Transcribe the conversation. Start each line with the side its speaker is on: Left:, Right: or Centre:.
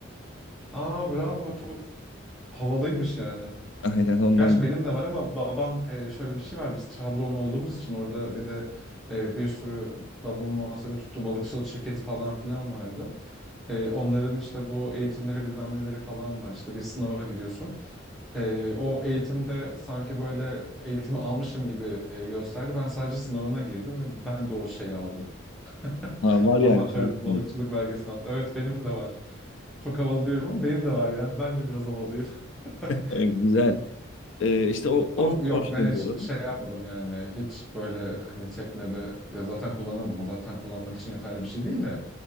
Centre: <laughs> Aa bravo çok havalıymış yani.
Left: <laughs> Aynen ondan
Centre: Gerçi benim de var ama babam e, şöyle bir şey var. Biz Trabzonlu olduğumuz için orada bir de e, bir sürü babamın muhasebe tuttuğu balıkçılık şirketi falan filan vardı. E, onların işte bu eğitimleri bilmem neleri falan var. İşte bir sınava giriyorsun. E, o eğitimde sanki böyle eğitimi almışım gibi e, gösterdi. Ben sadece sınavına girdim ve ben de o şeyi aldım. <laughs>
Left: Ha, var yani
Centre: Amatör
Left: şu an
Centre: balıkçılık
Left: sende.
Centre: belgesini aldım. Evet benim de var. Çok havalı diyorum ama benim de var yani. Ben de biraz havalıyım. <laughs>
Left: E, güzel. E, işte o, ondan
Centre: Ama yok
Left: hoşlanıyorum.
Centre: ben hiç şey yapmadım yani. Hiç böyle hani teknede ya zaten kullanamam. O zaten kullanmak için yeterli bir şey değil de